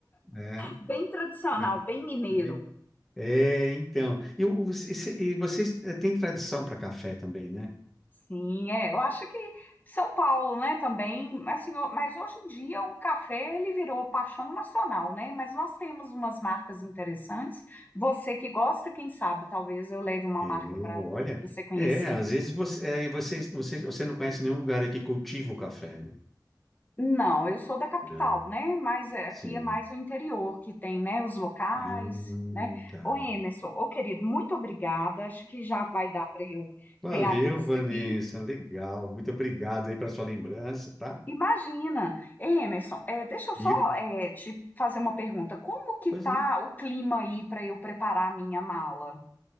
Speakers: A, in the centre; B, on the left.
A: É,
B: Bem tradicional,
A: é.
B: bem mineiro.
A: Bem- é, então. E, o- o- e se- e vocês eh, têm tradição para café também, né?
B: sim, é. Eu acho que São Paulo, né, também, assim, ó, mas hoje em dia o café ele virou paixão nacional, né? Mas nós temos umas marcas interessantes. Você que gosta, quem sabe, talvez eu leve uma
A: É,
B: marca para
A: é, olha.
B: você conhecer.
A: É, às vezes você, é, vocês, vocês, você não conhece nenhum lugar aí que cultiva o café, né?
B: Não, eu sou da capital,
A: Não.
B: né? Mas é, aqui
A: Sim.
B: é mais o interior que tem, né? Os locais,
A: Não,
B: né?
A: tá.
B: Ô Emerson, ô querido, muito obrigada. Acho que já vai dar para eu
A: Valeu,
B: ter a lista
A: Vanessa.
B: aqui.
A: Legal. Muito obrigado aí para sua lembrança, tá?
B: Imagina, Ei, Emerson, é, deixa eu só
A: E,
B: é, te fazer uma pergunta. Como que
A: pois
B: tá
A: não.
B: o clima aí para eu preparar a minha mala?